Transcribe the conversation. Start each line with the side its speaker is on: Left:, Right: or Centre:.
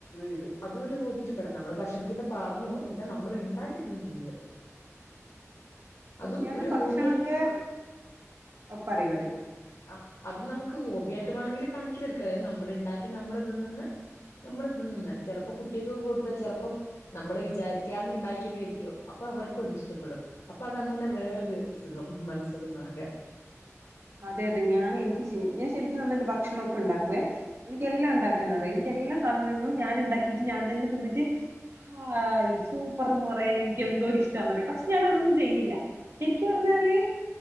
Left: ഇത് അതും ഒരു ഹോബിയിൽ പെടണം നമ്മള് ഭക്ഷണത്തിന്റെ പറഞ്ഞു പിന്നെ നമ്മൾ ഉണ്ടാക്കി തിന്നുന്നത് അതും
Right: ഞാനും
Left: ഒരു
Right: ഭക്ഷണവൊക്കെ
Left: ഹോബിയായിട്ട്
Right: ആ പറയു പറയു
Left: ആഹ് അത് നമുക്ക് ഹോബിയായിട്ട് വേണങ്കില് കണക്കിലെടുക്കാം. അതായത് നമ്മള് ഉണ്ടാക്കി നമ്മള് തിന്നുന്ന നമ്മള് തിന്നുന്ന ചിലപ്പോ കുട്ടികൾക്കൊക്കെ കൊടുത്താ ചെലപ്പം നമ്മള് വിചാരിക്കാതെ ഉണ്ടാക്കി കഴിക്കും അപ്പൊ അവർക്കും അത് ഇഷ്ടപ്പെടും അപ്പൊ അതങ്ങനെ വേറൊരു സുഖം മനസ്സുഖം എന്നാ പറയുവാ
Right: അതെ അതെ ഞാൻ എനിക്ക് ഞാൻ ശരിക്കും നന്നായിട്ട് ഭക്ഷണൊക്കെ ഉണ്ടാക്കുവേ എനിക്ക് എല്ലാം ഉണ്ടാക്കാൻ അറിയാം എനിക്ക് എല്ലാ സാധനങ്ങളും ഞാൻ ഉണ്ടാക്കിട്ട് ഞാൻ തന്നെ തിന്നിട്ട് ഹായ് സൂപ്പർ എന്ന് പറയാൻ എനിക്ക് എന്തോ ഒരു ഇഷ്ടാന്ന് അറിയോ പക്ഷെ ഞാൻ അതൊന്നും ചെയ്യില്ല ശരിക്കി പറഞ്ഞാല്